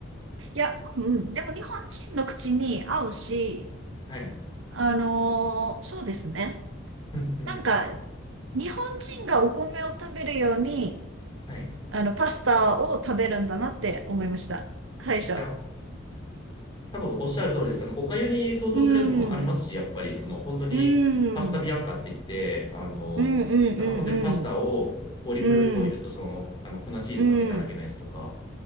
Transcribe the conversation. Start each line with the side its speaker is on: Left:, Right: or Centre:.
Right: いや、うん、うん。でも日本人の口に合うし、
Left: はい。
Right: あのーそうですね。
Left: うんうん
Right: なんか、日本人がお米を食べるように、
Left: はい。い
Right: あの、パスタを食べるんだなって思いました。最初。
Left: や、多分おっしゃる通りです。あの、お粥に相当するやつもありますし、
Right: うん。
Left: やっぱり、その、本当に、
Right: うん。うん。
Left: パスタビアンカって言って、あの、
Right: うんうんうん
Left: なんか本当にパスタをオリーブオイルとその、
Right: うん。うん。
Left: あの、粉チーズかけただけのやつとか、
Right: うん。